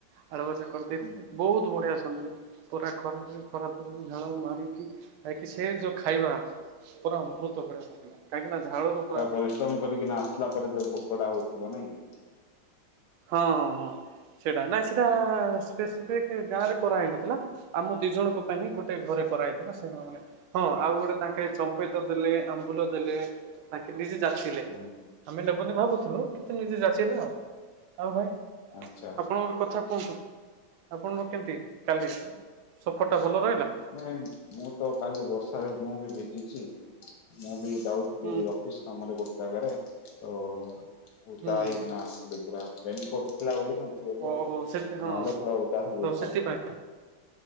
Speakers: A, on the right; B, on the left.
A: ଆଳୁ ଭଜା କରିଦେଇଥିଲେ
B: ହୁଁ ହୁଁ
A: ବହୁତ ବଢିଆ ଫ୍ୟାମିଲି। ପୁରା ଖରାରେ ଖରା ର ଝାଳ ମାରିକି ଆଇକି ସେ ଯୋଉ ଖାଇବା। ପୁରା ଅମୃତ ଭଳିଆ ଲାଗିଲା। କାହିଁକି ନା ଝାଳର
B: ତା ପରିଶ୍ରମ କରିକିନା ଆସିଲା ପରେ ଯୋଉ ଭୋକ ଟା ହୋଉଥିବ ନା କି?
A: ହଁ-ହଁ-ହଁ ସେଇଟା ନାଇଁ ସେଇଟା ସ୍ପେସିଫିକ୍ ଗାଁ ରେ କରାହେଇନଥିଲା। ଆମ ଦି ଜଣଙ୍କ ପାଇଁ ହିଁ ଗୋଟେ ଘରେ କରାହେଇଥିଲା ସେ ମାନେ ହଁ ଆଉ ଗୋଟେ ତାଙ୍କେ ଚମ୍ପେତ ଦେଲେ ଆମ୍ବୁଲ ଦେଲେ ତାଙ୍କେ ନିଜେ ଜାଚିଲେ।
B: ହୁଁ ହୁଁ।
A: ଆମେ ନେବେନି ଭାବୁଥିଲୁ କିନ୍ତୁ ନିଜେ ଯାଚିଲେ ଆଉ। ଆଉ ଭାଇ
B: ଆଚ୍ଛା।
A: ଆପଣଙ୍କର କଥା କୁହନ୍ତୁ। ଆପଣଙ୍କର କେମିତି କାଲି ସଫର୍ଟା ଭଲ ରହିଲା?
B: ନାଇଁ ମୁଁ ତ କାଲି ବର୍ଷାରେ ମୁଁ ବି ଭିଜିଛି ମୁଁ ବି ଯାଉଥିଲି
A: ହୁଁ
B: ଅଫିସ୍ ତମର ଗୋଟେ ଜାଗାରେ ତ ଉଦା
A: ହୁଁ
B: ହେଇକିନା
A: ହୁଁ ହୁଁ
B: ଆସଥିଲି ପୁରା ରେନିକୋଟ୍ ଥିଲା ବୋଲି କିନ୍ତୁ ଏବେ
A: ଓ ହଉ ସେ ହଁ
B: ନହେଲେ ପୁରା ଓଦା ହେଇଯାଇଥାନ୍ତି।
A: ହଉ ସେଥିପାଇଁ